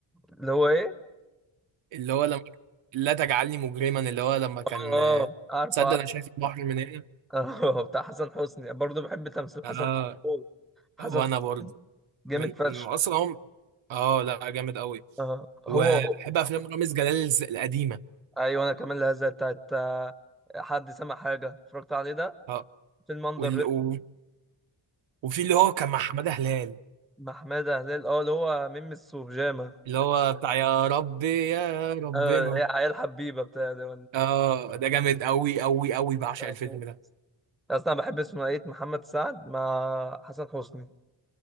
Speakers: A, in the centre; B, on the right.
A: اللي هو ايه
B: اللي هو لما لا تجعلني مجرما اللي هو لما كان
A: اه
B: آه،
A: عارف
B: تصدق
A: عارف
B: انا شايف البحر من هنا
A: آه، <laughs> بتاع حسن حسني برضه بحب تمثيل حسن
B: اه
A: حسني حسن
B: هو انا برضه
A: حسني جامد
B: من
A: فشخ
B: من اصلا هم اه لا جامد قوي
A: اه هو
B: وبحب افلام رامز جلال الز- القديمه
A: ايوه انا كمان الهزه بتاعت آه، حد سمع حاجه اتفرجت عليه ده
B: اه
A: فيلم اندر
B: وال...
A: ريد
B: و... وفي اللي هو كان مع حماده هلال
A: ومحمد هلال اه اللي هو ميمس وبيجامه
B: اللي هو بتاع يا رب يا ربنا
A: اه هي عيال حبيبه بتاع ده
B: اه ده جامد قوي قوي قوي بعشق الفيلم
A: ولا
B: ده
A: اصلا بحب ثنائيه محمد سعد مع حسن حسني